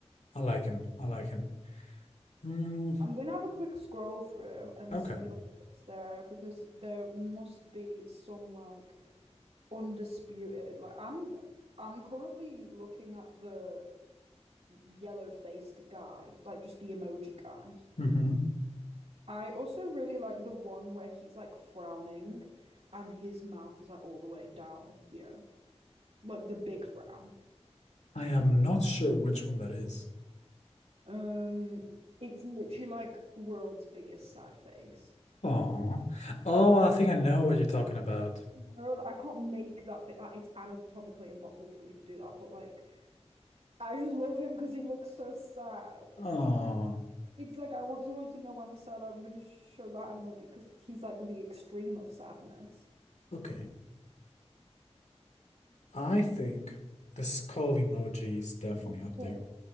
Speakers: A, on the left; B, on the right.
A: I like him. I like him. Mm,
B: I'm gonna have a quick scroll through and
A: okay.
B: see like what's there because there must be some like undisputed. Like, I'm I'm currently looking at the yellow-faced guy, like just the emoji guy.
A: hmm
B: I also really like the one where he's like frowning and his mouth is like all the way down here. Like the big frown.
A: I am not sure which one that is.
B: Um, it's literally like world's biggest sad face.
A: Oh. Oh, I think I know what you're talking about.
B: No, like, I can't make that fit. Like it's anatomically impossible for me to do that, but like I just love him because he looks so sad.
A: Oh,
B: It's like I want someone to know I'm sad. I'm gonna show that emoji because he's like the extreme of sadness.
A: okay. I think the skull emoji is definitely up
B: Yeah.
A: there.